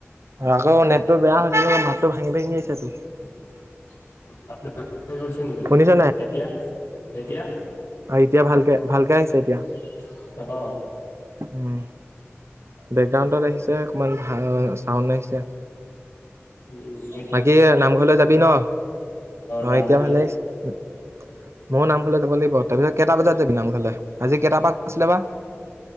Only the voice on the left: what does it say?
<unintelligible> গৈছে নেকি?
এতিয়া? এতিয়া?
<unintelligible> অ।
উম, উম।
যাম
তই